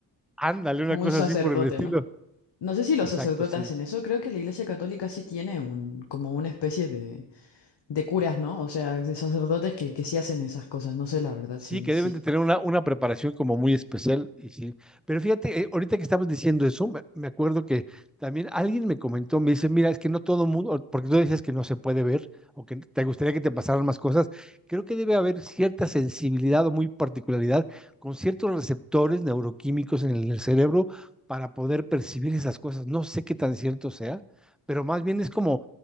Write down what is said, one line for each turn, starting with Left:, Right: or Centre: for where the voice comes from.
Centre: ándale,
Left: o
Centre: una
Left: un
Centre: cosa
Left: sacerdote,
Centre: así por el estilo.
Left: ¿no? No sé si los
Centre: Exacto,
Left: sacerdotes
Centre: sí.
Left: hacen eso, creo que la Iglesia Católica sí tiene un, como una especie de, de curas, ¿no? O sea, de sacerdotes que, que sí hacen esas cosas, no sé la verdad,
Centre: Sí,
Left: sí,
Centre: que
Left: sí.
Centre: deben de tener una, una preparación como muy especial. Y sí. Pero fíjate, eh, ahorita que estabas diciendo eso, me, me acuerdo que también alguien me comentó, me dice, mira, es que no todo mundo, porque tú decías que no se puede ver o que te gustaría que te pasaran más cosas, creo que debe haber cierta sensibilidad o muy particularidad con ciertos receptores neuroquímicos en el, en el cerebro para poder percibir esas cosas. No sé qué tan cierto sea, pero más bien es como